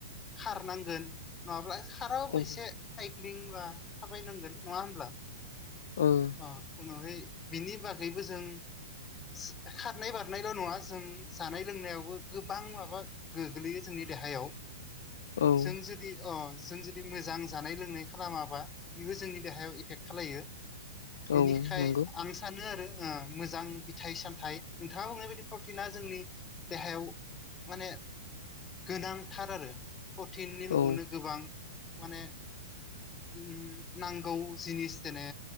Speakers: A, on the left; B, on the left.
A: खारनांगोन। नङाब्ला खाराबाबो
B: औ
A: एसे साइदक्लिं बा थाबायनांगोन नङा होमब्ला।
B: ओं।
A: अ उनावहाय बिनि बागैबो जों सि खारनाय बारनायल' नङा जों जानाय लोंनायावबो गोबां माबा गोग्लैयो जोंनि देहायाव
B: औ
A: जों जुदि अ जों जुदि मोजां जानाय लोंनाय खालामाबा इबो जोंनि देहायाव इफेक खालायो।
B: औ
A: इनिखाय
B: नंगौ
A: आं सान सानो आरो ओ मोजां बिथाइ सामथाइ नोंथाङाबो मोननाय बायदि प्रटिना जोंनि देहायाव माने गोनांथार आरो प्रटिननि लुबावनो
B: औ
A: गोबां माने उम नांगौ जिनिस देने